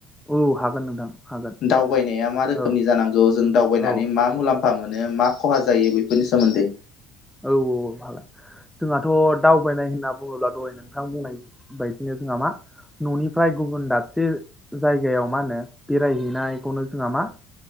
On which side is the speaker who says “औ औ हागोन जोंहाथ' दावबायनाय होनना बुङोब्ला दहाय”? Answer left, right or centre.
Centre